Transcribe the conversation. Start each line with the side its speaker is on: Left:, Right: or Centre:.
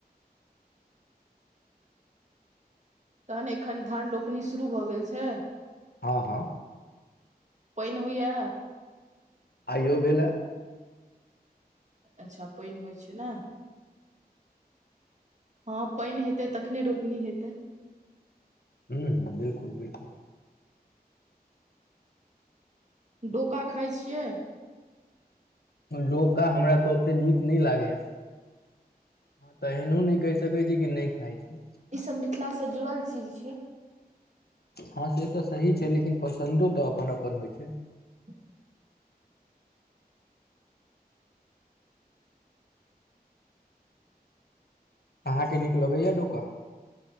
Right: तखन एखन धान रोपनी शुरू भऽ गेल छै
Left: हँ हँ
Right: पइन होइए
Left: आइयो भेलए
Right: अच्छा पानि होइ छै ने हँ पानि हेतै तखने रोपनी हेतै
Left: ह ह बिलकुल बिलकुल
Right: डोका खाइ छियै
Left: रोका हमरा तऽ ओतेक नीक नहि लागैए हँ तऽ एहनो नहि कहि सकै छी कि नहि खाइ छि
Right: ईसभ मिथिलासँ जुड़ल चीज छै
Left: हँ से तऽ सही छै लेकिन पसन्दो तऽ अपन अपन होइ छै
Right: ह
Left: अहाँके नीक लगैया डोका